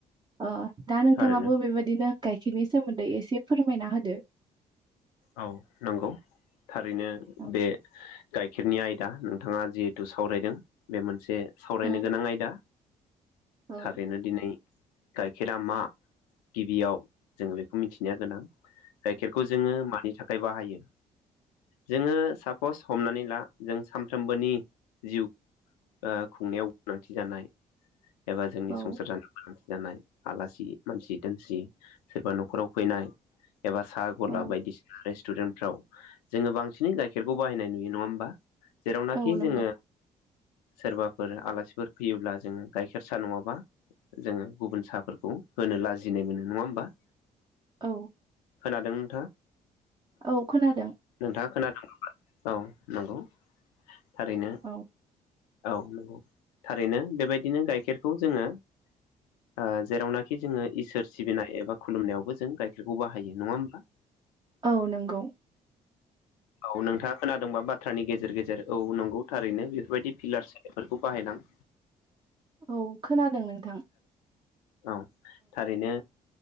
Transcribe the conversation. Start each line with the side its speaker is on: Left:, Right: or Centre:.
Right: ओ दा नोंथाङाबो
Left: थारैनो
Right: बेबायदिनो गाइखेरनि सोमोन्दै एसे फोरमायना होदो।
Left: औ नंगौ थारैनो
Right: औ
Left: बे गाइखेरनि आयदा नोंथाङा जिहेथु सावरायदों बे मोनसे सावरायनो
Right: औ
Left: गोनां आयदा
Right: औ
Left: थारैनो। दिनै गाइखेरा मा गिबियाव जोङो बेखौ मिथिनाया गोनां। गाइखेरखौ जोङो मानि थाखाय बाहायो? जोङो सापस हमनानै ला जों सानफ्रोमबोनि जिउ ओ खुंनायाव गोनांथि जानाय एबा जोंनि
Right: औ
Left: संसार जानायाव गोनांथि जानाय आलासि मानसि-दोमसि सोरबा न'खराव फैनाय एबा साहा गला
Right: औ
Left: बायदिसि- रेस्टुरेन्टफ्राव जोङो बांसिनै गाइखेरखौ बाहायनाय नुयो नङा होमबा? जेरावनाखि
Right: औ नंगौ
Left: जोङो सोरबाफोर आलासिफोर फैयोब्ला जोङो गाइखेरसा नङाबा जोङो गुबुन साहाफोरखौ होनो लाजिनाय मोनो नङा होमबा?
Right: औ
Left: खोनादों नोंथा?
Right: औ खोनादों।
Left: नोंथाङा खोनादों औ नंगौ थारैनो
Right: औ
Left: औ नंगौ थारैनो बेबायदिनो गाइखेरखौ जोङो ओ जेरावनाखि जोङो इसोर सिबिनाय एबा खुलुमनायावबो जों गाइखेरखौ बाहायो नङा होमबा?
Right: औ नोंगौ
Left: औ नोंथाङा खोनादोंबा बाथ्रानि गेजेर गेजेर औ नंगौ थारैनो बेफोरबायदि फिलार सिनफोरखौ बाहायलां।
Right: औ खोनादों नोंथां।
Left: औ थारैनो